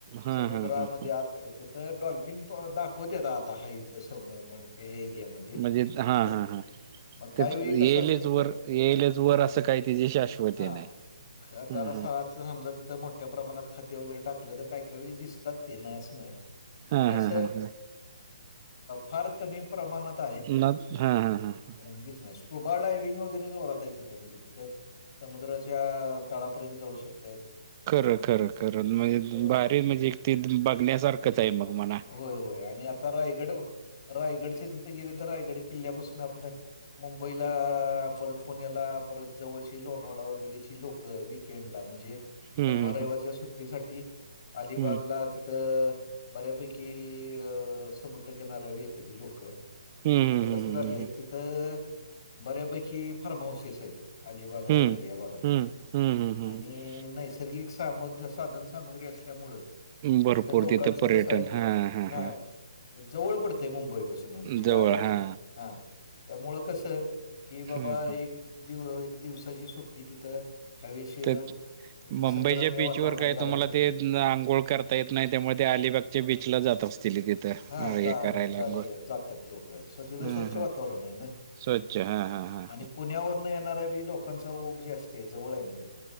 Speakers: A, on the right; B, on the left.
A: हा
B: समुद्रामध्ये
A: हा हा हा
B: आत तिथं डॉल्फिन पण दाखवतेत आत हाय इथ ते समुद्रामध्ये ते एरियामध्ये.
A: म्हणजे हा
B: पण
A: हा हां
B: मग काही
A: ते
B: वेळी कसं
A: येईलच
B: असतंय
A: वर येईलच वर असं काय त्याची शाश्वती
B: हा
A: नाही. हम्म
B: जरास
A: हम्म
B: आत समजा तीथं मोठ्या प्रमाणात खाद्य वगैरे टाकलं तर काही काही का वेळी दिस दिसतात ते नाही अस नाही
A: हा
B: पण
A: हा
B: अस
A: हा हा
B: फार कमी प्रमाणात आहे
A: ना हा हा हा ह
B: अ दिसन <unintelligible> स्कुबा ड्रायव्हिंग वगैरे जोरात आहे तिथं म्हणजे तिथं समुद्राच्या तळापर्यंत जाऊ शकत.
A: खरं खरं खरं म्हणजे
B: होय.
A: भारी म्हणजे ती बघण्यासारखंच आहे मग म्हणा.
B: होय होय आणि आता रायगड रायगडच्या तिथं गेले तर रायगड किल्ल्यापासून आपल्या मुंबईला परत पुण्याला परत जवळ लोणावळा वैगेरे ची लोक विकेंड ला म्हणजे
A: हम्म
B: शनिवार रविवारच्या सुट्टीसाठी अलिबागला
A: हम्म
B: तिथं बऱ्यापैकी अ समुद्रकिनाऱ्यावर येतेती लोकं.
A: हम्म
B: आता कसं झालंय
A: हम्म
B: तिथं बऱ्यापैकी फार्महाऊसेस आहेत. रायगड
A: हम्म
B: या भागात
A: हम्म हम्म हम्म
B: आणि नैसर्गिक सामाद साधनसामग्री असली त्यामुळ
A: भरपूर
B: तिथं लोकांचं
A: पर्यटन
B: कसं आहे
A: हा हा
B: हां
A: हा
B: जवळ पडतंय मुंबईपासून म्हणजे
A: जवळ हा
B: हा त्यामुळ कसं कि बाबा
A: हम्म
B: एक दिव एक दिवसाची सुट्टी तिथं हवेशीर
A: तेच
B: निसर्गरम्य
A: मुंबईच्या बीचवर
B: वातावरणात
A: काय
B: घालवायसाठी
A: तुम्हाला ते आंघोळ करत ता येत नाही त्यामुळे ते अलिबागच्या बीच ला जात असतील तिथं.
B: हा
A: हे
B: जात
A: करायला
B: जातात
A: आंघोळ
B: जात्यात लोक तिथं
A: हम्म
B: स्वच्छ
A: हम्म
B: वातावरण आहे ना.
A: स्वच्छ हा हा हा
B: आणि पुण्यावर न येणाऱ्या बी लोकांचा ओघ जास्ती हाय जवळ आहे ना तिथंन.